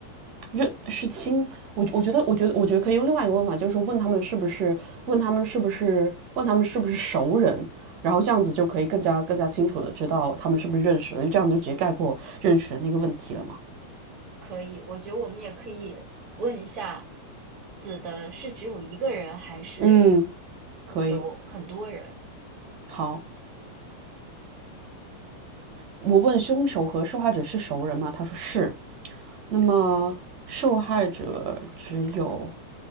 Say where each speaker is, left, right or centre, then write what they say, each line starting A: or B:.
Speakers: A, on the right; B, on the right.
A: 认是亲，我我觉得我觉得我觉得可以用另外一个问法，就是说问他们是不是问他们是不是问他们是不是熟人，然后这样子就可以更加更加清楚的知道他们是不是认识了，因为这样就直接概括认识的那个问题了嘛。
B: 可以，我觉得我们也可以问一下，死的是只有一个人，还是
A: 嗯，可以，
B: 有很多人？
A: 好，我问凶手和受害者是熟人吗？他说是。那么受害者只有